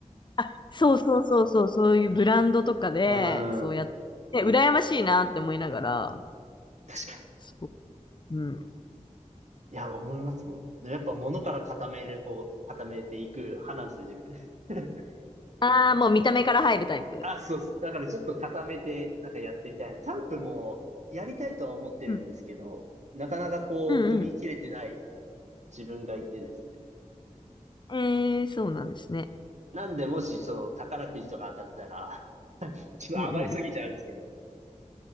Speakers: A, on the left; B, on the right.
A: あ、そうそうそうそう、そういうブランドとかで、
B: か。
A: そうやって、
B: うん。
A: 羨ましいなって思いながら、
B: 確かに。
A: そう、うん。
B: いや、思いますもん。でもやっぱ物から固める方、固めていく派なんですよ、自分。<laughs>
A: ああ、もう見た目から入るタイプ。
B: あ、そうっす。だからちょっと固めて、なんかやってみたいな。キャンプもやりたいとは思ってるんですけど、
A: うん、
B: なかなかこう、
A: うん、
B: 踏み切れてない自分がいてですね。
A: うん。えー、そうなんですね。
B: なんで、もしそう、宝くじとか当たったら、<laughs> ちょっと余りすぎちゃうんですけど、
A: うん、うん、